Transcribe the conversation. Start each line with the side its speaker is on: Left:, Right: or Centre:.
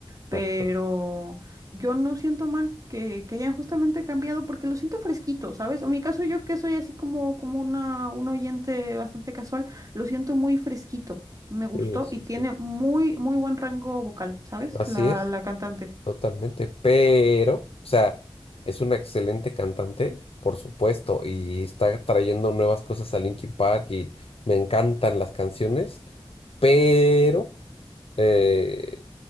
Right: pero
Left: Exacto.
Right: yo no siento mal que, que hayan justamente cambiado porque lo siento fresquito, ¿sabes? O en mi caso yo que soy así como, como una, un oyente bastante casual, lo siento muy fresquito, me gustó
Left: Sí, sí,
Right: y tiene
Left: sí.
Right: muy, muy buen rango vocal, ¿sabes?
Left: Así
Right: La,
Left: es.
Right: la cantante.
Left: Totalmente, pero, o sea, es una excelente cantante, por supuesto, y está trayendo nuevas cosas a Linkin Park y me encantan las canciones, pero eh,